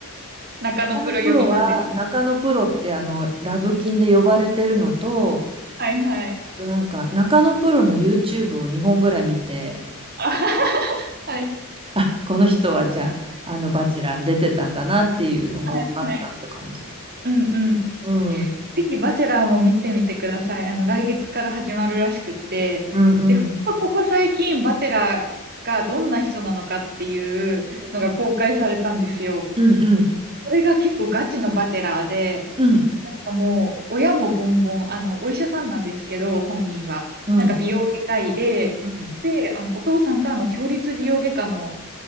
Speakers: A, on the right; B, on the right.
A: 中野プロ呼びなんです。
B: 中野プロは、中野プロってあの、ラブキンで呼ばれてるのと、
A: はいはい。
B: あとなんか、中野プロの YouTube を2本ぐらい見て、
A: <laughs> はい。
B: あ、<laughs> この人はじゃあ、あの、バチェラーに出てたんだなっていうのが分かったって感じ。
A: はい。うんうん。
B: うん。
A: ぜひ、バチェラーも見てみてください。あの、来月から始まるらしくって。
B: うんうん。
A: で、ほんとここ最近、バチェラーがどんな人なのかっていうのが公開されたんですよ。
B: うんうんうん
A: それが結構ガチのバチェラーで、
B: うん
A: なんかもう、親もボンボン、あの、お医者さんなんですけど、本人は。
B: うん
A: なんか美容外科医で、
B: うん
A: で、あの、お父さんが、あの、共立美容外科の、